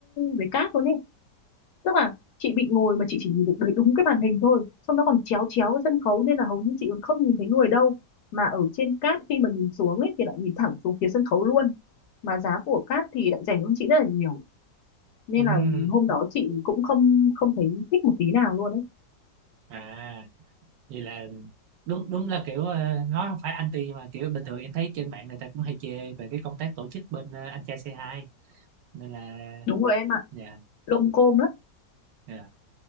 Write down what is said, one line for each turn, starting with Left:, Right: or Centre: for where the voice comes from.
Left: vé cát luôn ấy tức là chị bị ngồi mà chị chỉ nhìn được đấy đúng cái màn hình thôi xong nó còn chéo chéo cái sân khấu nên là hầu như chị còn không nhìn thấy người đâu mà ở trên cát khi mà nhìn xuống ấy thì lại nhìn thẳng xuống phía sân khấu luôn mà giá của cát thì lại rẻ hơn chị rất là nhiều nên
Right: Ừm,
Left: là hôm đó chị cũng không không thấy thích một tí nào luôn ấy
Right: à vậy là đúng đúng là kiểu ờ, nói không phải anti nhưng mà kiểu bình thường em thấy trên mạng người ta cũng hay chê về cái công tác tổ chức bên ờ, anh trai C2 nên là
Left: đúng rồi em ạ
Right: dạ
Left: lôm côm lắm
Right: dạ.